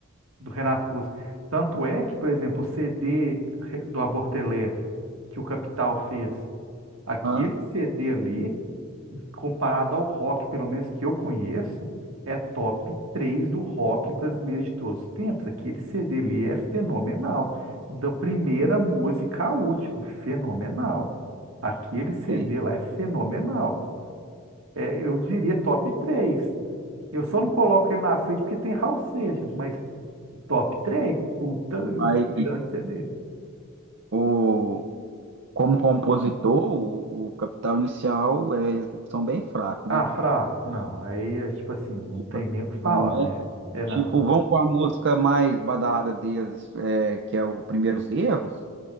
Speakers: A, on the right; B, on the right.
A: do Renato Russo. Tanto é que, por exemplo, o CD re- do Aborto Elétrico que o Capital fez, aquele
B: hã?
A: CD ali comparado ao rock, pelo menos que eu conheço, é top 3 do rock brasileiro de todos os tempos. Aquele CD ali é fenomenal. Da primeira música à última, fenomenal. Aquele CD
B: tem.
A: lá é fenomenal. É, eu diria top 3. Eu só não coloco ele na frente porque tem Raul Seixas, mas top 3. puta,
B: Mas
A: grande CD.
B: o, como compositor, o, o Capital Inicial é, são bem fracos,
A: Ah,
B: né?
A: fraco, não. Aí é tipo assim, não
B: Tipo,
A: tem
B: assim,
A: nem o que falar,
B: não
A: né?
B: é?
A: É não.
B: Tipo, vão com a música mais badalada deles, é, que é o Primeiros Erros,